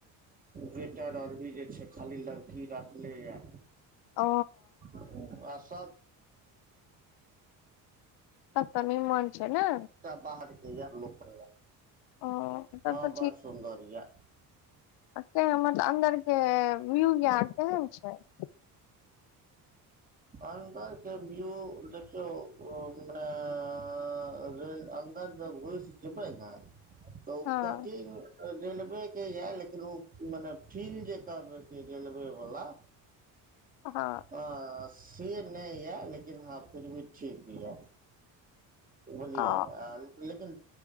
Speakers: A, on the right; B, on the left.
A: वेटर आर भी जे छै खाली लड़की राखलैए
B: ओ
A: हुँ आ सब
B: सब तऽ निमन छै नै
A: एकटा बाहर केँ य लोक
B: ओ तब
A: हँ
B: तऽ
A: बड़ सुन्दर य
B: अच्छह मतलब अन्दर केँ व्यू यार केहन छै <inaudible>
A: अन्दरके व्यू देखियौ उ <unintelligible> भेल अन्दर जब घुस जेबै नऽ तऽ ओ
B: हँ
A: कटिंग रेलवे केँ यऽ लेकिन ओ माने फील्ड जे कहबे की रेलवे वला
B: हँ
A: हँ से नहि यऽ लेकिन हँ फिर भी ठीक यऽ बलियै
B: ओ
A: आ लेकिन